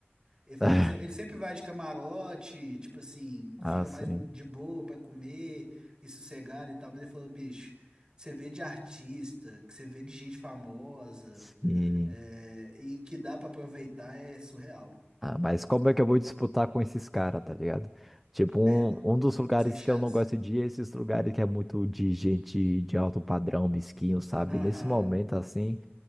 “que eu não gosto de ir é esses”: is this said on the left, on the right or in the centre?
Centre